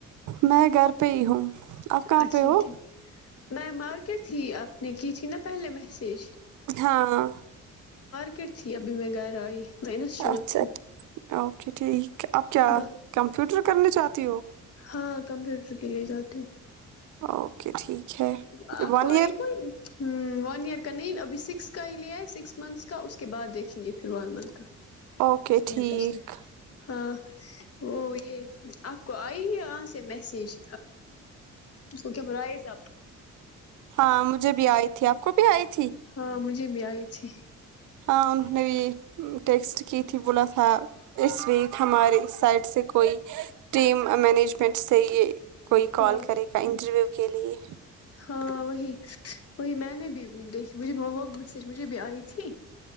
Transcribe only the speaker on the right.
میں گھر پہئی ہوں اپ کہاں
پہ ہو
ہاں
اچھا
اچا اوکے ٹھیک آپ کیا
کمپیوٹر کرنی چاہتی ہو
اوکے ٹھیک ہے
ون
ایئر
اوکے ٹھیک
ہاں مجھے بھی آئی تھی آپ کو بھی آئی تھی
ہاں انہوں نے بھی ٹیکسٹ کی تھی بولا تھا اس ویک ہمارے سائٹ سے کوئی ٹیم مینجمنٹ سے یہ کوئی کال
کرے گا انٹرویو کے لیے